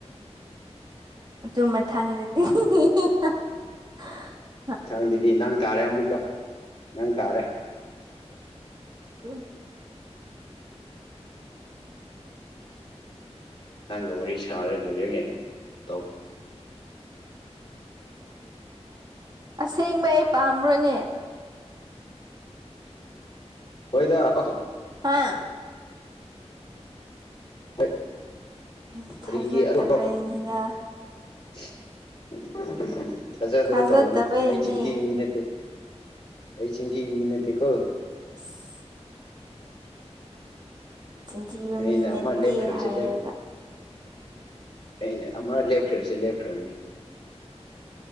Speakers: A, on the right (about 40°); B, on the left (about 45°).
A: ꯑꯗꯨ ꯃꯊꯪꯗꯗꯤ <unintelligible>
B: ꯃꯊꯪꯗꯨꯗꯤ ꯅꯪ ꯇꯥꯔꯦ ꯑꯃꯨꯛꯀ ꯅꯪ ꯇꯥꯔꯦ
A: <unintelligible>
B: ꯅꯪꯒ ꯋꯥꯔꯤ ꯁꯥꯔꯦ ꯂꯣꯏꯔꯦ ꯀꯩꯅꯣ ꯇꯧ
A: ꯑꯁꯦꯡꯕꯩ ꯑꯩ ꯄꯥꯝꯕ꯭ꯔꯣꯅꯦ
B: ꯍꯣꯏꯗ
A: ꯍꯥꯥ
B: ꯍꯣꯏ
A: ꯎꯝ ꯊꯥꯖꯗꯕꯩꯅꯤꯗ
B: ꯀꯔꯤꯒꯤ ꯑꯗꯣ <unintelligible> ꯊꯥꯖꯗꯕ
A: ꯊꯥꯖꯗꯕꯩꯅꯦ
B: ꯇꯧꯅꯨ ꯑꯩ ꯆꯤꯟꯊꯤꯕ ꯃꯤ ꯅꯠꯇꯦ ꯑꯩ ꯆꯤꯟꯊꯤꯕ ꯃꯤ ꯅꯇꯇꯦꯀꯣ
A: <unintelligible> ꯆꯤꯟꯊꯤꯕ
B: ꯑꯩꯅ
A: ꯃꯤ ꯅꯠꯇꯦ
B: ꯑꯃ ꯂꯦꯞꯈ꯭ꯔꯕꯁ
A: ꯍꯥꯏꯔꯒ
B: ꯂꯦꯞ ꯑꯩꯅ ꯑꯃ ꯂꯦꯞꯈ꯭ꯔꯤꯕꯁꯤ ꯂꯦꯞꯈ꯭ꯔꯕꯅꯤ